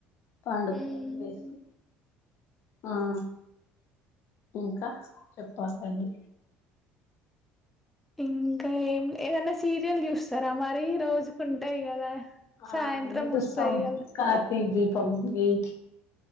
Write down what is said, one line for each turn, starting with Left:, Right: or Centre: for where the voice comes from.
Left: పడుకోూలు
Centre: ఉమ్
Left: వేసి ఆ <unintelligible> ఇంకా చెప్పలండి
Centre: ఇంకా ఏం ఏదన్నా సీరియల్ చూస్తారా మరి రోజుకు ఉంటాయి కదా సాయంత్రం
Left: ఆ అన్నీ చూస్తాం
Centre: వస్తాయి కదా
Left: కార్తీ దీపం ఏట్